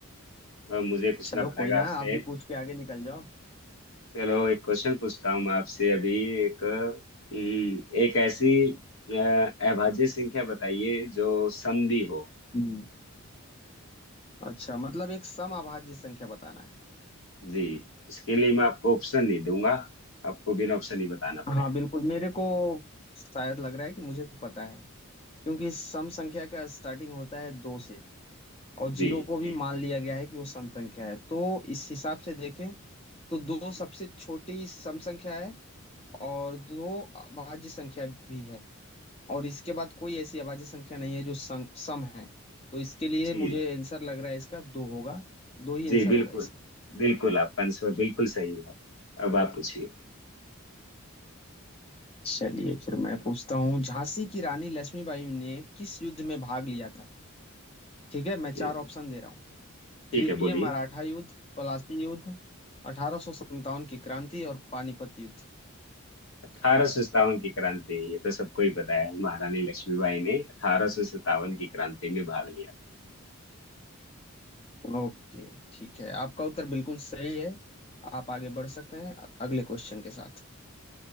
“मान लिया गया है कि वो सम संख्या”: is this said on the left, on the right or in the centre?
Left